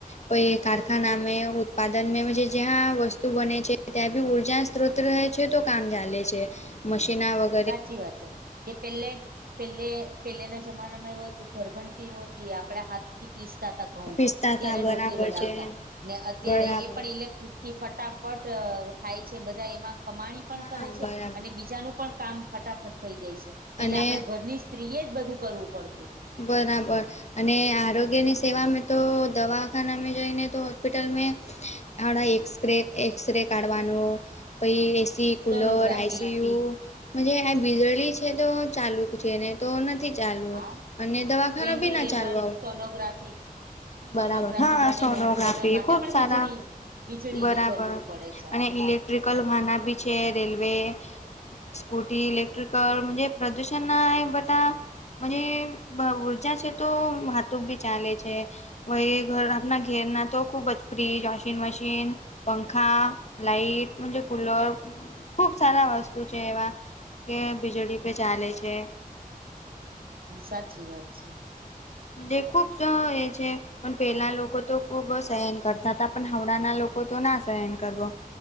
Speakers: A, on the left; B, on the right.
A: પ કારખાના મે ઉત્પાદન મે મુઝે જ્યાં વસ્તુ બને છે. ત્યાં ભી ઉર્જા રહે છે તો કામ ચાલે છે મશીના વગ
B: સાચી વાત છે. જે પેલે પેલે પેલેના જમાનામાં એવું હતું ઘરઘણતી નહોતી આપણે હાથ પીસતા ત ઘઉં
A: પીસતા
B: ત્યારે
A: તા બરાબર
B: રોટલી બનાવતા
A: છે
B: ને અત્યારે
A: બરાબર
B: એ પણ ઇલેક્ટ્રિક થી ફટાફટ થાય છે. બધા એમાં કમાણી પણ
A: હા
B: કરે છે
A: બરાબર
B: અને બીજાનું પણ કામ ફટાફટ થઈ જાય છે. એટલે
A: અને
B: આપડે ઘરની સ્ત્રીએ જ બધું કરવું પડતું હતું.
A: બરાબર. અને આરોગ્યની સેવાવામાં તો દવાખાનામાં જઈને તો હોસ્પિટલ મે હણા એસરે એક્સરે કાઢવાનું. ભાઈ A C cooler
B: sonography
A: I C U પછે જ આ વીજળી છે તો ચાલુ છે ને તો નથી ચાલવું.
B: હા
A: અને દવાખાના
B: વેન્ટિલેટર
A: બી ના ચાલવાવ
B: સોનોગ્રાફી
A: બરાબર,
B: સોનોગ્રાફી
A: હા
B: માટે
A: સોનોગ્રાફી
B: વેન્ટિલેટર માટે
A: ખુબ
B: પણ
A: સારા
B: વીજળી વીજળીની
A: બરાબર.
B: જરૂર પડે છે આપણને
A: અને ઇલેક્ટ્રિકલ વાહના બી છે રેલવે સ્કૂટી ઇલેક્ટ્રિકલ મજે પ્રદૂષણ નાય બટા મજે ઊર્જા છે તો વાાતુક ભી ચાલે છે. વ એ ઘરના ઘેરના તો ખૂબ જ ફ્રીજ, વોશિંગ મશીન. પંખા લાઈટ મજે કુલર. ખુબ સારા વસ્તુ છે એવા કે વીજળી પે ચાલે છે.
B: સાચી વાત છે.
A: મજ ખૂબ અને છે. પણ પહેલા લોકો તો ખુબ સહન કરતા હતા. પણ હાવડાના લોકો તો ના સહન કરબો.